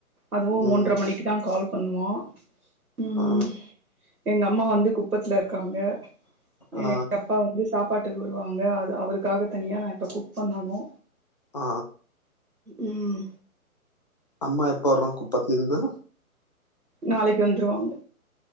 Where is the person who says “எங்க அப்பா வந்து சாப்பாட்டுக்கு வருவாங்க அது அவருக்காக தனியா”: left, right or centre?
Right